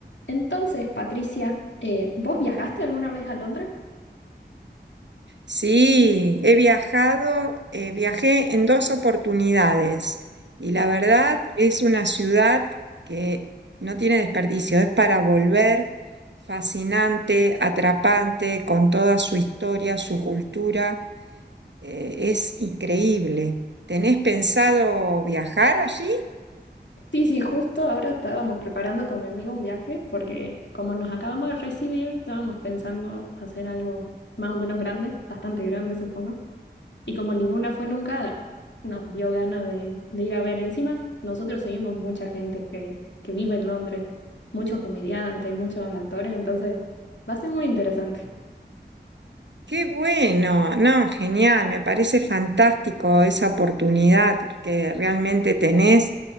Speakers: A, on the left; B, on the right.
A: Entonces, Patricia, eh, ¿vos viajaste alguna vez a Londres?
B: Sí, he viajado, eh, viajé en dos oportunidades y la
A: Wow.
B: verdad es una ciudad que no tiene desperdicio, es para volver, fascinante, atrapante, con toda su historia, su cultura, eh, es increíble. ¿Tenés pensado viajar allí?
A: Sí, sí, justo ahora estábamos preparando con mi amigo un viaje porque como nos acabamos de recibir, estábamos pensando hacer algo más o menos grande, bastante grande, supongo. Y como ninguna fue nunca, nos dio ganas de, de ir a ver. Encima, nosotros seguimos mucha gente que, que vive en Londres, muchos comediantes, muchos actores, entonces va a ser muy interesante.
B: Qué bueno, no, genial, me parece fantástico esa oportunidad que realmente tenés,